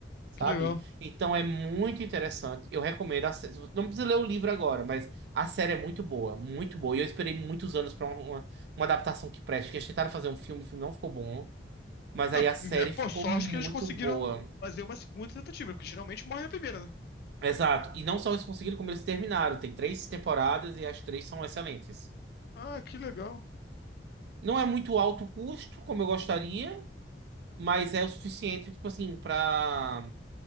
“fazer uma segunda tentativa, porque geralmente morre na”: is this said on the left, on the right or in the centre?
Left